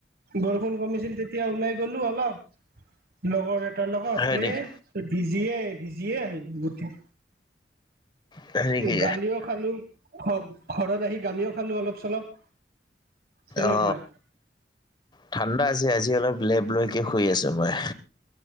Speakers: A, on the right; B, on the left.
A: বৰষুণ কমিছিল তেতিয়া ওলাই গলো অলপ লগৰ এটাৰ লগত
B: হয় নেকি,
A: এ ভিজিয়ে ভিজিয়ে আহিল গোটেই
B: হয় নেকি,
A: গালিও খালোঁ ঘ ঘৰত আহি গালিও খালোঁ অলপ চলপ তেনেকুৱাই
B: অ ঠাণ্ডা হৈছে আজি অলপ লেপ লৈকে শুই আছো মই